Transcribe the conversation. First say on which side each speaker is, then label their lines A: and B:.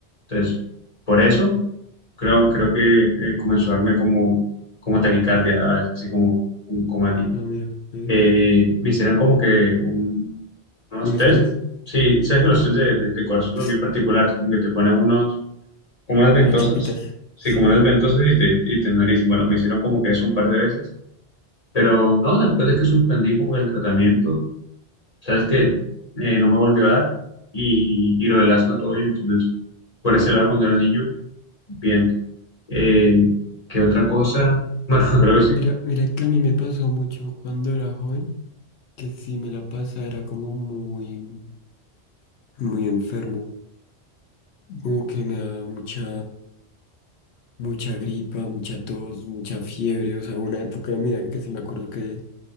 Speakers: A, on the left; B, on the left.
A: Entonces, por eso creo, creo que eh, comenzó a darme como, como taquicardia a veces, así como, como, como a ti
B: Ah, mira, pues,
A: eh, me hicieron como que un- unos
B: un
A: tests.
B: estudio.
A: Sí, sabes que los tests de, de, de corazón son
B: <laughs>
A: bien particulares, como que te ponen unos, como unas ventosas,
B: Unas chupitas,
A: sí,
B: sí.
A: como unas ventosas y te, y te analizan. Bueno, me hicieron como que eso un par de veces, pero no, después de que suspendí como que el tratamiento, sabes que eh, no me volvió a dar y, y lo del asma todo bien, entonces por ese lado cuando era niño, bien. Eh, ¿qué otra cosa? Bueno, <laughs> creo que sí.
B: Mira, mira que a mí me pasó mucho cuando era joven, que si me la pasa era como muy, muy enfermo. Como que me da mucha, mucha gripa, mucha tos, mucha fiebre. O sea, una época de mi vida que sí me acuerdo que